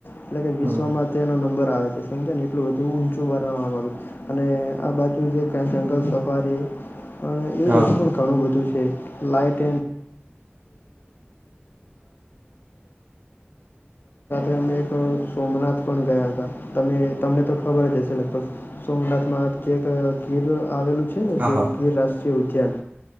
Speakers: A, on the left; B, on the right.
A: એટલે કે
B: હમ
A: વિશ્વમાં તેનો નંબર છે એટલું બધું ઊંચું બનાવવામાં આવે અને આ બાજુ જે જંગલ સફારી અને
B: હા
A: પણ ઘણું બધું છે. લાઈટ <unintelligible> અમે એક સોમનાથ પણ ગયા હતા. તમે તમને તો ખબર જ હશે લગભગ સોમનાથમાં એક ગીર આવેલું છે
B: હા હા
A: રાષ્ટ્રીય ઉદ્યાન